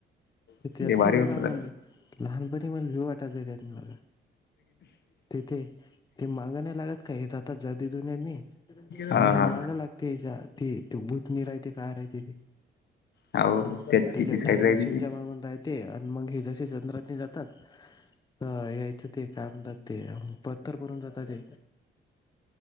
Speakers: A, on the left; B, on the left.
A: त
B: ते
A: नाही
B: भारी होत
A: बाम
B: जरा.
A: लहानपणी मला व्यू वाटायचत नाही बघा. तिथे ते माग नाही लागत का हे जात जर्दी दुननी मी
B: हा
A: आणि हे
B: हा.
A: मागं लागते याच्या ती ते बुधनी राहते काय राहते ते
B: हाव त्यात
A: ते
B: तिची
A: त्या
B: साईड
A: टाईम
B: राहते
A: मशीनच्या
B: ती.
A: मागून राहते आणि मग हे जसे चंद्रात नाही जात यायचं ते काय म्हणतात ते पत्तर बनून जातात ते